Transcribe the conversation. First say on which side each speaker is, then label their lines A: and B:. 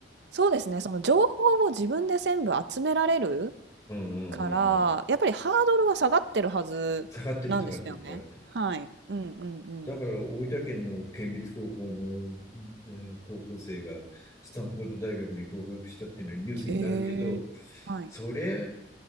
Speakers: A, on the right; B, on the left.
A: そうですね。その情報を自分で全部集められる
B: うんうんうんうん。
A: から、やっぱりハードルは下がってるはずなんですよね。
B: 下がってる下がってる下がってる。
A: はい。うんうんうん。
B: だから大分県の県立高校の、えー高校生がスタンフォード大学に合格したっていうのはニュースになるけど、
A: へえ。はい。
B: それ、